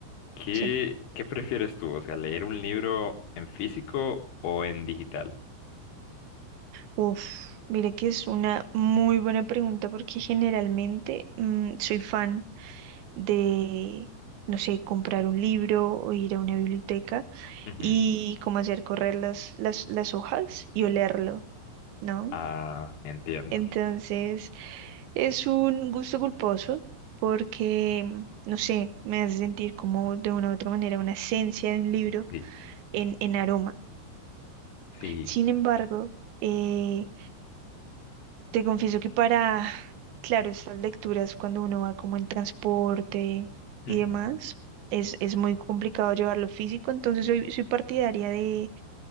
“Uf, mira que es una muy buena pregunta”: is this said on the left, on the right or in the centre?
Right